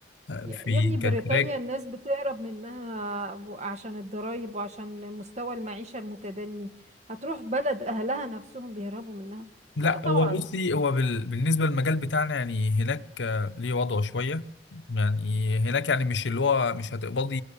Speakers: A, on the left; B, on the right.
A: آه،
B: يا
A: في
B: يا ابني بريطانيا
A: كتراك
B: الناس بتهرب منها و- عشان الضرايب وعشان مستوى المعيشة المتدني هتروح بلد أهلها نفسهم بيهربوا منها
A: لا
B: لا طبعا
A: هو بصي هو بال... بالنسبة للمجال بتاعنا يعني هناك آه، ليه وضعه شوية يعني هناك يعني مش اللي هو مش هتقبضي